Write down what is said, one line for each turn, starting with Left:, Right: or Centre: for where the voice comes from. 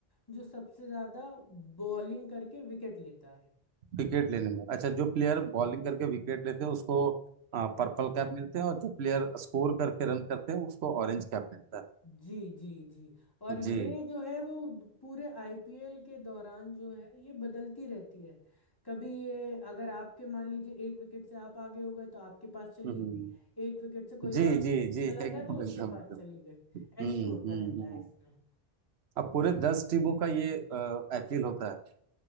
Left: जो सबसे ज्यादा बॉलिंग करके विकेट लेता है
Right: विकेट लेने में अच्छा जो प्लेयर बॉलिंग करके विकेट लेते हैं उसको आ, पर्पल कैप मिलते हैं और जो प्लेयर स्कोर करके रन करते हैं उसको ऑरेंज कैप मिलता
Left: जी जी जी और
Right: है
Left: ये
Right: जी
Left: जो है वो पूरे आईपीएल के दौरान जो है ये बदलती रहती है कभी ये अगर आपके मान लीजिए एक विकेट से आप आगे हो गए तो आपके पास चली
Right: हम्म
Left: गई एक विकेट से कोई
Right: जी
Left: और आगे
Right: जी
Left: चला
Right: जी
Left: गया
Right: एकदम
Left: तो उसके
Right: एकदम
Left: पास
Right: एकदम
Left: चली गई
Right: हम्म
Left: ऐसे होता
Right: हम्म
Left: रहता
Right: हम्म।
Left: है इसमें
Right: अब पूरे दस टीमों का ये अपील होता है